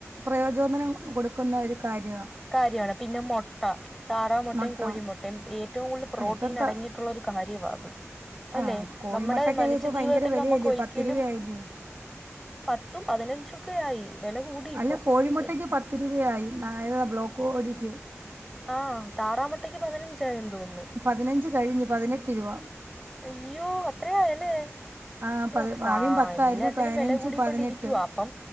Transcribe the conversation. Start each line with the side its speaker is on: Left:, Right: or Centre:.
Right: പ്രയചോദനം കൊടുക്കുന്ന ഒരു കാര്യവാ
Centre: കാര്യവാണ്. പിന്നെ മുട്ട താറാ മുട്ടയും
Right: മൊട്ട
Centre: കോഴിമുട്ട യും. ഏറ്റവും കൂടുതൽ പ്രോട്ടീൻ
Right: ഇപ്പം ത
Centre: അടങ്ങിയിട്ടുള്ള ഒരു കാര്യവാത് അല്ലെ,
Right: ആഹ് കോഴിമുട്ടക്കൊക്കെ
Centre: നമ്മുടെ മനുഷ്യ
Right: ഇപ്പം ഭയങ്കര
Centre: ജീവിതത്തിൽ
Right: വിലയല്ലേ
Centre: നമുക്ക് ഒരിക്കലും
Right: പത്ത് രൂപയായില്ലയോ
Centre: പത്തും പതിനഞ്ചൊക്കെ ആയി. വെല കൂടി
Right: അല്ല
Centre: ഇപ്പം
Right: കോഴിമുട്ടയ്ക്ക്
Centre: എ
Right: പത്ത് രൂപയായി നായത ബ്ലോക്ക് ഓഴിക്കൂ
Centre: ആ.. താറാമുട്ടയ്ക്ക് പതിനഞ്ചായെന്ന് തോന്നുന്നു
Right: പതിനഞ്ച് കഴിഞ്ഞ് പതിനെട്ട് രുപ
Centre: അയ്യോ അത്രേ ആയല്ലേ <inaudible>
Right: ആഹ് പതി
Centre: സാ
Right: ആദ്യം പത്തായിരുന്നു
Centre: എല്ലാത്തിനും
Right: പതിനഞ്ച്
Centre: വെല കൂടിക്കൊണ്ടിരിക്കവാ
Right: പതിനെട്ട്
Centre: അപ്പം